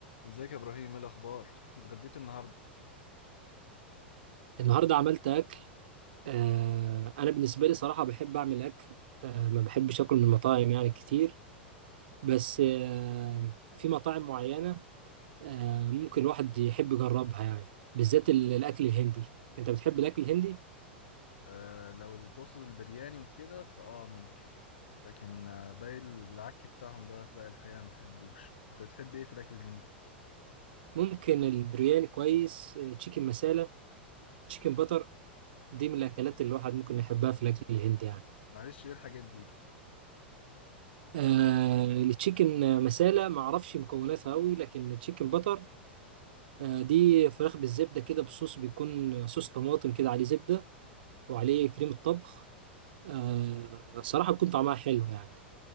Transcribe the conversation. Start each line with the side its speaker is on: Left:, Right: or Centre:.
Left: ازيك يا ابراهيم ايه الاخبار اتغديت النهارده
Right: النهارده عملت اكل آه انا بالنسبه لي صراحه بحب اعمل اكل آه ما بحبش اكل من المطاعم يعني كتير بس آه في مطاعم معينه آه ممكن الواحد يحب يجربها يعني بالذات ال- الاكل الهندي انت بتحب الاكل الهندي
Left: آه لو اللي تقصد البرياني وكده فاه ممكن لكن آه باقي العك بتاعهم ده هتلاقي الحقيقه ما بحبوش انت بتحب ايه في الاكل الهندي
Right: ممكن البرياني كويس آه، تشيكن مسالة تشيكن بتر دي من الاكلات اللي الواحد ممكن يحبها في الاكل الهندي يعني
Left: معلش ايه الحاجات دي
Right: آه التشيكن مسالة ما اعرفش مكوناتها قوي لكن التشيكن بتر آه، دي فراخ بالزبدة كده بصوص بيكون آه، صوص طماطم كده عليه زبدة وعليه كريمة طبخ آه، صراحة بيكون طعمها حلو يعني